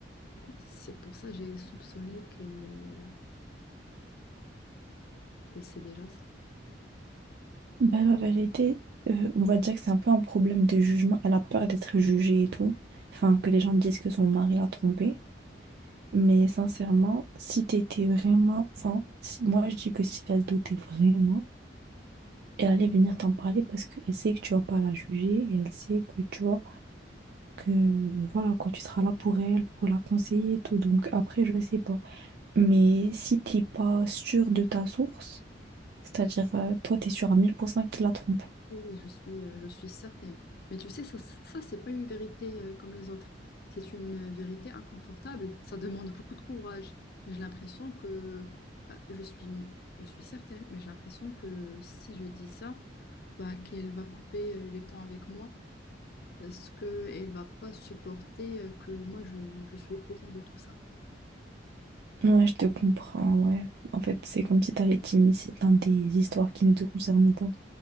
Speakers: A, on the left; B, on the right.
A: C'est pour ça que j'ai soupçonné qu'elle euh, qu'elle sait déjà ça.
B: Bah, la vérité, euh, on va dire que c'est un peu un problème de jugement. Elle a peur d'être jugée et tout. Enfin, que les gens disent que son mari l'a trompée. Mais sincèrement, si t'étais vraiment... Enfin, si- moi, je dis que si elle doutait vraiment, elle allait venir t'en parler parce qu'elle sait que tu vas pas la juger et elle sait que tu vois que... Voilà, quoi, tu seras là pour elle, pour la conseiller et tout. Donc après, je sais pas. Mais si t'es pas sûr de ta source, c'est-à-dire, euh, toi, t'es sûr à 1000% qu'il l'a trompée
A: Oui, oui, je suis, euh, je suis certaine. Mais tu sais, ça, ça c'est pas une vérité euh, comme les autres. C'est une euh, vérité inconfortable. Ça demande beaucoup de courage. Et J'ai l'impression que, bah, je suis, je suis certaine, mais j'ai l'impression que si je dis ça, bah, qu'elle va couper euh, les ponts avec moi parce qu'elle va pas supporter euh, que moi, je, je suis au courant de tout ça.
B: Ouais, je te comprends, ouais. En fait, c'est comme si t'avais été initié dans des histoires qui ne te concernent pas.